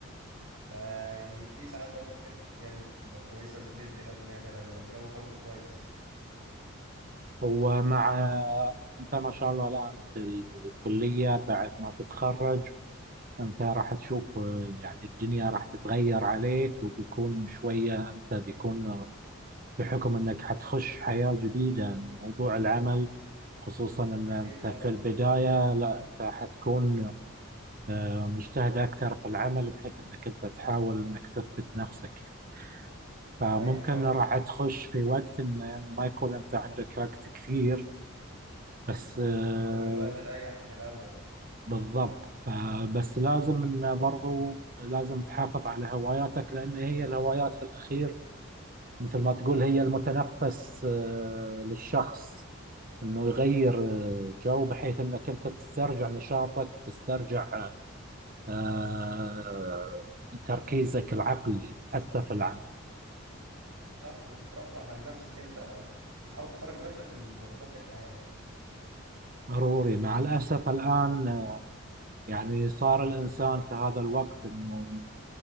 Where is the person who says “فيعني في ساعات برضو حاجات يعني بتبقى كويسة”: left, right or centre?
Right